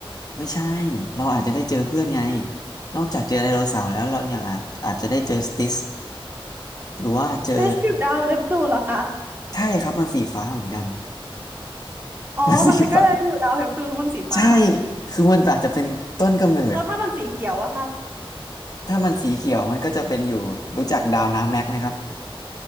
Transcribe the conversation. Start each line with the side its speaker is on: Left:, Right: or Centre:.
Left: ไม่ใช่เราอาจจะได้เจอเพื่อนไงนอกจากเจอไดโนเสาร์แล้วเรายังอาจอาจจะได้เจอสติสหรือว่าเจอ
Right: สเตชอยู่ดาว <laughs> เนปจูนเหรอคะ
Left: ใช่ครับมันสีฟ้าเหมือนกัน <laughs>
Right: อ๋อมันก็อยู่ดาวเนปจูนเพราะมันสีฟ้า
Left: มันสีฟ้าใช่คือมันอาจจะเป็นต้นกำเนิด
Right: แล้วถ้ามันสีเขียวอะคะ
Left: ถ้ามันสีเขียวมันก็จะเป็นอยู่รู้จักดาวน้ำแม็กไหมครับ